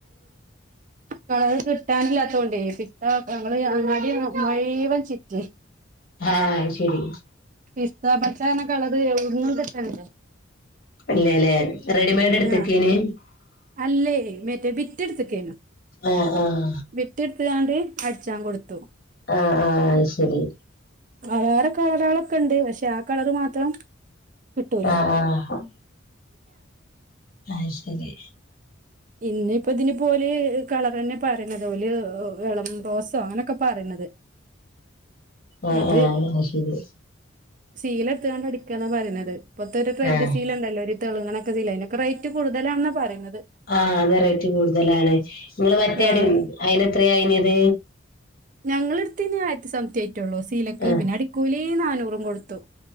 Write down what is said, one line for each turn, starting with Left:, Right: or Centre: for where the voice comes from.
Right: കളർ കിട്ടാനില്ലാതോണ്ട്, പിത്ത ഞങ്ങള് അങ്ങാടി മുഴ്വൻ ചിറ്റി
Left: ആഹ അയ്ശരി
Right: പിസ്ത പച്ചാന്ന് പറഞ്ഞ കളർ എവിടന്നും കിട്ടണ്ടേ
Left: അല്ലേല്ലേ റെഡിമെയഡ് എടുത്തിക്കയ്ന്
Right: ആഹ് അല്ലേ മറ്റേ വിറ്റെടുത്തക്കേനു,
Left: ആഹ് ആഹ്
Right: വിറ്റെടുത്താണ്ട് അടിച്ചാൻ കൊടുത്തു
Left: ആഹ ആഹ ശരി
Right: വേറെ കളറ ആളൊക്കെ ഉണ്ട് പക്ഷെ ആ കളർ മാത്രം കിട്ടൂരാ
Left: ആഹ് ആഹ് അത് ആഹ് ശരി
Right: ഇന്ന ഇപ്പോ ഇതിനെ പോലെ കളർ തന്നെ പറയണതപലെ ഇളം റോ അങ്ങനൊക്കെ പറയുന്നത്
Left: ആഹ്
Right: അത്
Left: ആഹ് ശരി
Right: സീല എടുത്തൊണ്ട് അടിക്കുകന്നാ പറയുന്നത് ഇപ്പൊത്തെ ഒരു ടെയിന്റെ
Left: ആഹ്
Right: സീല ഉണ്ടല്ലോ ഒരു ഇങ്ങനെയൊക്കെ ചെയല്ല ഇതിനൊക്കെ റേറ്റ് കടുതലാണെന്നാ പറയുന്നത്
Left: ആ അത് റേറ്റ് കൂടുതലാണ് നിങ്ങള് മറ്റേട
Right: ആഹ്
Left: അയിന് എത്രയാ അയിന്ത്
Right: ഞങ്ങളെടുത്തന് ആയിരത്തെ സംമതി ആയിറ്റുള്ളൂ സീലക്ക്
Left: ആഹ്
Right: പിന്നെ അടിക്കൂലി നാനൂറും കൊടുത്തു